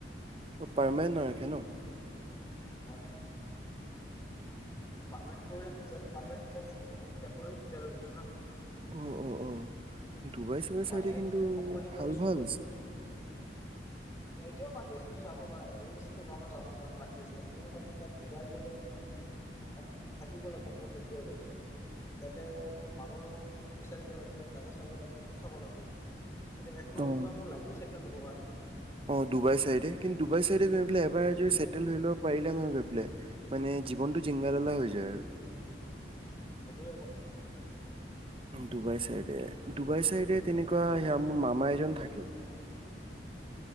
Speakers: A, on the right (about 30°); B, on the left (about 15°).
A: অ পাৰমানেণ্ট নাৰাখে ন
B: <unintelligible> পাৰমেণ্ট কৰিলে ভিজাতো, পাৰমেণ্ট ভিজাই হ'ব, টেম্পৰাৰিং ভিজাই লৈ গৈছো না
A: উ-উ অ'। ডুবাই-চুবাই চাইদে
B: পাৰ্মানেণ্ট
A: কিন্তু
B: ভিছা কোম্পানীৰ
A: ভাল
B: পৰা ইছ্যু
A: ভাল
B: কৰে
A: আছে।
B: এতিয়াও মাতি আছে মোক যাব কাৰণে, <unintelligible> গে যাব কাৰণে মাতি আছিল মই ভাবো তাত ডুবাই গলে তাত থাকিব লাগিব, মোৰ সেইটোয়ে কথা তাতে, মোৰ মানুহ বিচাৰিব লাগিব, চাগা চাব লাগিব। চব চাব লাগবো। এতিয়া একমাহ,
A: অ
B: দুই মাহ মোৰ লাগিব চাগে। হ'ব কাৰণে।
A: অ' ডুবাই চাইডে কিন্তু ডুবাই চাইডে গৈ পেলাই এবাৰ যদি চেটেল হৈ ল'ব পাৰিলা নহয় গৈ পেলাই মানে জীৱনটো জিংগালালা হৈ যায় আৰু
B: সেইটোয়ে কথা।
A: ডুবাই চাইডে, ডুবাই চাইডে তেনেকুৱা সেয়া মোৰ মামা এজন থাকে।